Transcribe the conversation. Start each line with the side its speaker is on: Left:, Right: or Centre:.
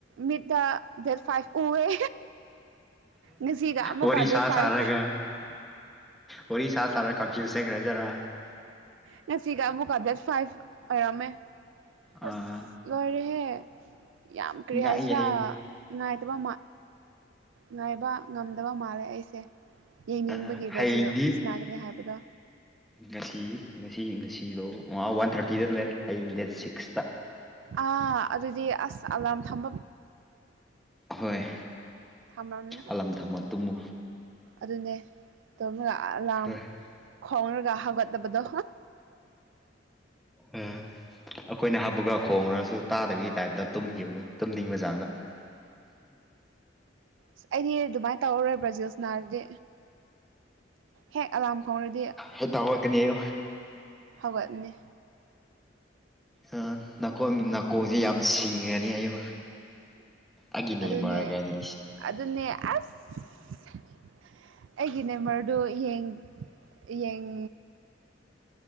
Right: ꯃꯤꯠꯇ ꯗꯦꯠ ꯐꯥꯏꯚ ꯎꯑꯦ ꯉꯁꯤꯒ ꯑꯃꯨꯛꯀ
Centre: ꯋꯥꯔꯤꯔꯤ
Right: ꯗꯦꯠ
Centre: ꯁꯥꯥꯁꯔꯒ
Right: ꯐꯥꯏꯚ
Centre: ꯋꯥꯔꯤ ꯁꯥ ꯁꯥꯔ ꯀꯟꯐ꯭ꯌꯨꯁ ꯆꯈ꯭ꯔꯦꯖꯔꯥ
Right: ꯉꯁꯤꯒ ꯑꯃꯨꯛꯀ ꯗꯦꯠ ꯐꯥꯏꯚ ꯑꯣꯏꯔꯝꯃꯦ
Centre: ꯑꯥ
Right: ꯑꯁ ꯂꯣꯏꯔꯦꯍꯦ ꯌꯥꯝꯈ꯭ꯔꯦ
Centre: ꯉꯥꯛꯏ
Right: ꯍꯥꯏꯁꯤꯔꯥ
Centre: ꯍꯥꯏꯌꯣ
Right: ꯉꯥꯏꯇꯕ ꯉꯥꯏꯕ ꯉꯝꯗꯕ ꯃꯥꯜꯂꯦ ꯑꯩꯁꯦ ꯌꯦꯡꯅꯤꯡꯕꯒꯤ
Centre: ꯑꯥ
Right: ꯕ꯭ꯔꯥꯖꯤꯜꯁꯅꯥꯒꯅꯤ
Centre: ꯍꯌꯦꯡꯗꯤ
Right: ꯍꯥꯏꯕꯗꯣ
Centre: ꯉꯁꯤ ꯉꯁꯤ ꯉꯁꯤꯗꯣ ꯃꯉ ꯋꯥꯟ ꯊꯥꯔꯇꯤꯗ ꯂꯩꯔꯦ ꯍꯌꯦꯡ ꯗꯦꯠ ꯁꯤꯛꯁꯇ
Right: ꯑꯥ ꯑꯗꯨꯗꯤ ꯑꯁ ꯑꯂꯥꯔꯝ ꯊꯝꯕ
Centre: ꯍꯣꯏ
Right: ꯊꯝꯂꯝꯅꯤ
Centre: ꯑꯂꯝꯝ ꯊꯝꯃꯣ ꯇꯨꯝꯃꯨ
Right: ꯑꯗꯨꯅꯦ ꯇꯣꯝꯃꯒ ꯑꯂꯥꯝ
Centre: ꯍꯣꯏ
Right: ꯈꯣꯡꯅꯔꯒ ꯍꯥꯒꯠꯅꯕꯗꯣ
Centre: ꯎꯝ ꯑꯩꯈꯣꯏꯅ ꯍꯥꯞꯄꯒ ꯈꯣꯡꯉ꯭ꯔꯁꯨ ꯇꯥꯗꯕꯒꯤ ꯇꯥꯏꯞꯇ ꯇꯨꯝꯈꯤꯕꯗꯨꯣ ꯇꯝꯅꯤꯡꯉꯤꯅ ꯆꯥꯡꯅ
Right: ꯁ ꯑꯩꯗꯤ ꯑꯗꯨꯃꯥꯏꯅ ꯇꯧꯔꯔꯣꯏ ꯕ꯭ꯔꯥꯖꯤꯜꯁ ꯅꯥꯔꯗꯤ ꯍꯦꯛ ꯑꯂꯥꯝ ꯈꯣꯡꯔꯗꯤ
Centre: ꯍꯦꯛꯇ ꯍꯧꯒꯠꯀꯅꯤ ꯑꯌꯨ
Right: ꯍꯧꯒꯠꯅꯤ
Centre: ꯑ ꯅꯥꯀꯣꯡ ꯅꯥꯀꯣꯡꯁꯦ ꯌꯥꯝ ꯁꯤꯡꯉꯅꯤ ꯑꯌꯨ ꯑꯒꯤꯅꯦ
Right: ꯑꯗꯨꯅꯦ
Centre: ꯃꯔꯔꯦ ꯀꯅꯤ
Right: ꯑꯗꯨꯅꯦ ꯑꯁ ꯑꯩꯒꯤ ꯅꯦꯝꯕꯔꯗꯨ ꯌꯦꯡ ꯌꯦꯡ